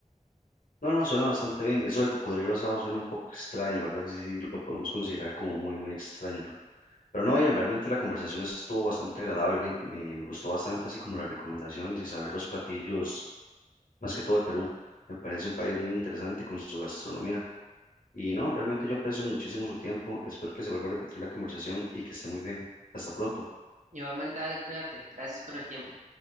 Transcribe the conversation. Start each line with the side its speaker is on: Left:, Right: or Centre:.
Left: No, no, suena bastante bien. Eso del cocodrilo asado suena un poco extraño, ¿verdad? Sí, sí, lo podemos considerar como muy, muy extraño. Pero no, bien, realmente la conversación estuvo bastante agradable. Me, me gustó bastante, así como las recomendaciones y saber los platillos, más que todo de Perú. Me parece un país muy interesante con su gastronomía. Y no, realmente yo aprecio muchísimo su tiempo. Espero que se vuelva a repetir la conversación y que esté muy bien. Hasta pronto.
Right: Igualmente, dale, cuídate. Gracias por el tiempo.